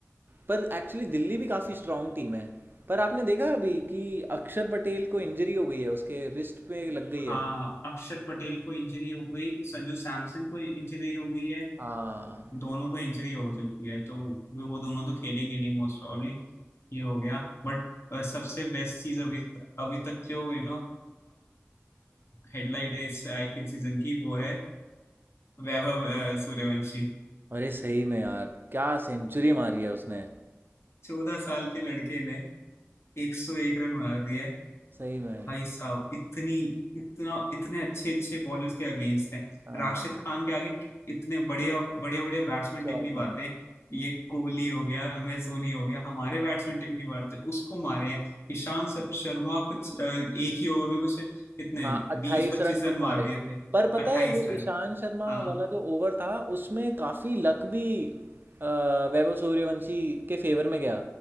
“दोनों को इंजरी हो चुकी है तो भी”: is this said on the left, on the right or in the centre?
Left